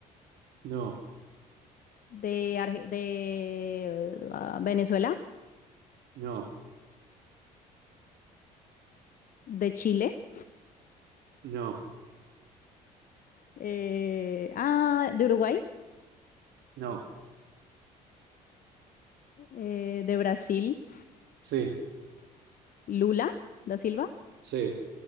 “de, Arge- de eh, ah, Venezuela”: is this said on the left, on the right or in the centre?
Left